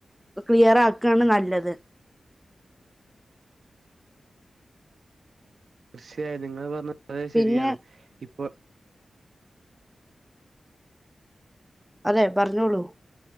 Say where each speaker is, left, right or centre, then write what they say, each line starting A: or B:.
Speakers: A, in the centre; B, on the right.
A: ക്ലിയർ ആക്കായാണ് നല്ലത്-
B: പക്ഷേ നിങ്ങള് പറഞ്ഞത് വളരെ ശെരിയാണ്
A: പിന്നെ
B: ഇപ്പൊ-
A: അതെ പറഞ്ഞോളൂ.